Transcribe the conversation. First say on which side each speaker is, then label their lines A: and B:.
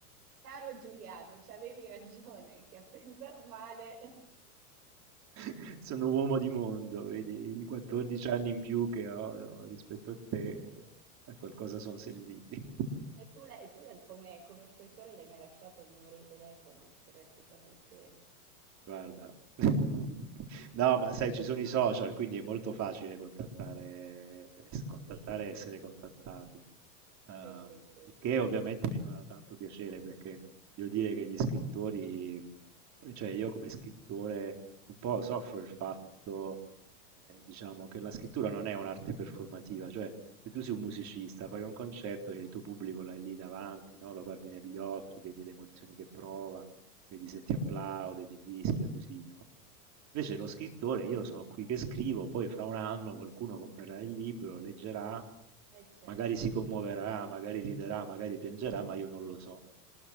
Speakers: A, on the right; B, on the right.
A: Caro Giuliano, c'avevi ragione che a pensar male... <laughs>
B: <laughs> Sono uomo di mondo, vedi, i 14 anni in più che ho no, rispetto a te, eh, a qualcosa sono serviti. <laughs>
A: E tu, l'hai- e tu l'hai- come, come scrittore l'hai mai lasciato il numero di telefono che resti tra me e te?
B: Guarda, <laughs> no, ma sai, ci sono i social, quindi è molto facile contattare, es- contattare
A: Sì,
B: e essere contattati. Ehm,
A: sì, sì, sì,
B: il che ovviamente mi fa tanto piacere perché devo dire che gli scrittori, cioè io come scrittore un po' soffro il fatto, eh, diciamo, che la scrittura non è un'arte performativa, cioè se tu sei un musicista, fai un concerto e il tuo pubblico l'hai lì davanti, no? Lo guardi negli occhi, vedi le emozioni che prova, vedi se ti applaude, ti fischia, così, no? Invece lo scrittore, io sono qui che scrivo, poi fra un anno qualcuno comprerà il libro, leggerà,
A: Eh certo.
B: magari si commuoverà, magari riderà, magari piangerà, ma io non lo so.